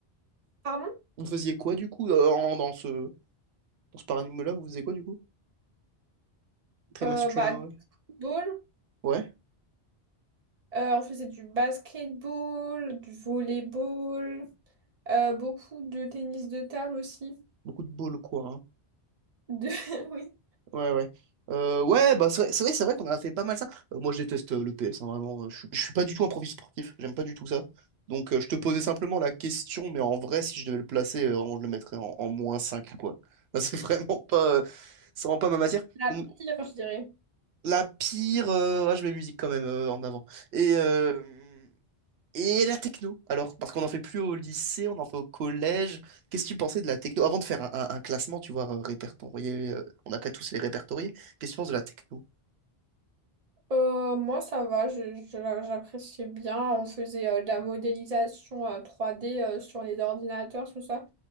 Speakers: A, on the right; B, on the right.
A: Pardon?
B: Vous faisiez quoi du coup euh, en- dans ce, dans ce paradigme-là, vous faisiez quoi du coup? Très
A: Euh,
B: masculin,
A: bah, du
B: ouais.
A: football.
B: Ouais,
A: Euh, on faisait du basketball, du volleyball, euh, beaucoup de tennis de table aussi.
B: beaucoup de bol, quoi. hein.
A: De... <laughs> Oui,
B: Ouais, ouais. Euh, ouais, bah c'est vrai, c'est vrai, c'est vrai qu'on a fait pas mal ça. Euh, moi, je déteste euh, le PS, hein, vraiment. euh, Je, suis je suis pas du tout un profil sportif, j'aime pas du tout ça. Donc, euh, je te posais simplement la question, mais en vrai, si je devais le placer, euh, vraiment, je le mettrais en, en moins 5 quoi. Bah, c'est <laughs> vraiment pas, euh, c'est vraiment pas ma matière.
A: la
B: Donc,
A: pire, je dirais.
B: la pire, euh, ouais, je mets musique quand même euh, en avant. Et euh, et la techno, alors, parce qu'on n'en fait plus au lycée, on en fait au collège. Qu'est-ce que tu pensais de la techno? Avant de faire un, un- un classement, tu vois, euh, répertorié, euh, on n'a qu'à tous les répertorier. Qu'est-ce que tu penses de la techno?
A: Euh, moi, ça va, je- je- j'appréciais bien. On faisait euh, de la modélisation euh, 3D euh, sur les ordinateurs, tout ça.